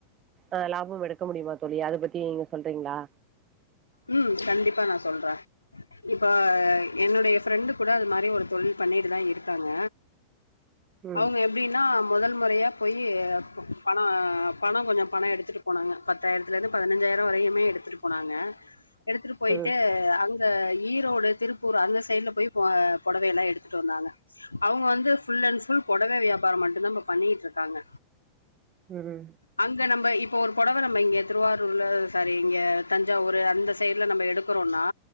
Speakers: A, on the right (about 30°); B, on the left (about 80°).
A: ஆ லாபம் எடுக்க முடிமா தோழி அத பத்தி நீங்க சொல்றீங்ளா
B: ம் கண்டிப்பா நா சொல்றே இப்ப என்னுடைய ஃப்ரெண்டு கூட அது மாரி ஒரு தொழில் பண்ணிட்டுதா இருக்காங்க
A: ம்
B: அவுங்க எப்டின்னா மொதல் மொறையா போயி பணொ பணொ கொஞ்சொ பணொ எடுத்துட்டு போனாங்க பத்தாயிரத்துலந்து பதனஞ்சாயிரோ வரையுமே எடுத்துட்டு போனாங்க எடுத்துட்டு போய்ட்டு
A: ம்
B: அங் இந்த ஈரோடு திருப்பூர் அந்த சைட்ல போய் பொ பொடவைல்லா எடுத்துட்டு வந்தாங்க அவுங்க வந்து ஃபுல் அண்ட் ஃபுல் பொடவ வியாபாரோ மட்டுந்தா ப்ப பண்ணிட்ருக்காங்க
A: சேரி
B: அங்க நம்ப இப்ப ஒரு பொடவ நம்ம இங்க திருவாரூர்ல சாரி இங்க தஞ்சாவூரு அந்த சைட்ல நம்ப எடு க்குறோனா